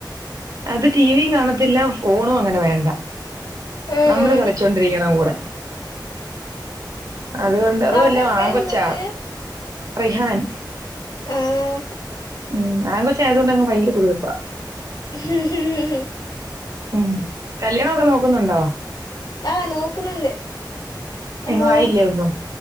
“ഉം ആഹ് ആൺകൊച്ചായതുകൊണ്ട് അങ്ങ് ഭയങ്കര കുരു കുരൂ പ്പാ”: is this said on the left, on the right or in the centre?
Right